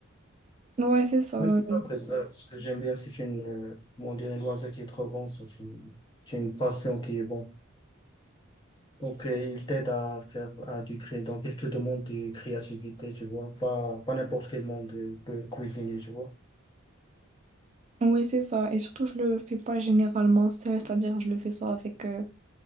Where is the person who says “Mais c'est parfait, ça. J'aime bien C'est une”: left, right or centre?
Left